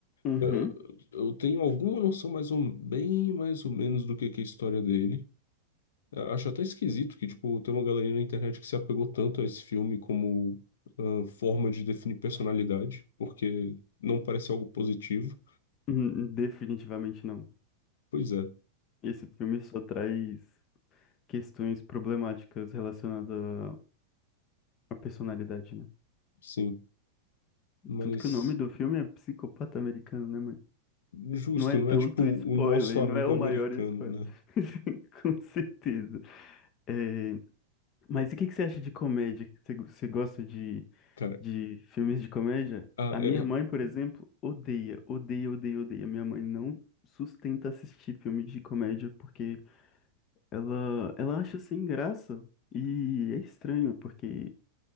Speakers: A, on the left; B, on the left.
A: Uhum.
B: Eu, eu tenho alguma noção mais ou, bem mais ou menos do que, que é a história dele. Eu acho até esquisito que, tipo, tem uma galerinha na internet que se apegou tanto a esse filme como ah, forma de definir personalidade, porque não parece algo positivo.
A: Hum, Definitivamente não.
B: Pois é,
A: Esse filme só traz questões problemáticas relacionadas à à personalidade, né?
B: sim. Mas
A: Tanto que o nome do filme é Psicopata Americano, né, mãe?
B: justo,
A: Não é
B: não
A: tanto
B: é tipo o
A: spoiler,
B: nosso amigo
A: não é o
B: americano,
A: maior spoiler.
B: né?
A: <laughs> Com certeza. É, Mas e o que que você acha de comédia? Você go- você gosta de,
B: Cara,
A: de filmes de comédia?
B: a-
A: A
B: é-
A: minha mãe, por exemplo, odeia, odeia, odeia, odeia. Minha mãe não sustenta assistir filme de comédia porque ela, ela acha sem graça. E é estranho, porque.